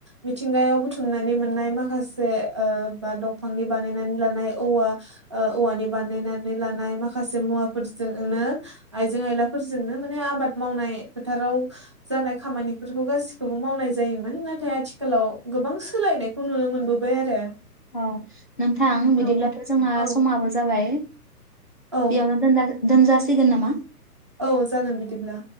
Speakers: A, on the right; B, on the left.
A: मिथिंगायाव बुथुमनानै मोननाय माखासे ओ बा दंफांनि बानायनानै लानाय औवा ओ औवानि बानायनानै लानाय माखासे मुवाफोरजोंनो आइजें आयलाफोरजोंनो माने आबाद मावनाय। फोथाराव जानाय खामानिफोरखौ गासिखौबो मावनाय जायोमोन ना थाय आथिखालाव गोबां सोलायनाय खौ नुनो मोनबोबाय आरो।
B: औ नोंथां बिदिब्लाथ
A: औ
B: जोंना
A: औ
B: समाबो जाबाय।
A: औ
B: बेयावनो दोन दोनजासिगोन नामा?
A: औ जागोन बिदिब्ला।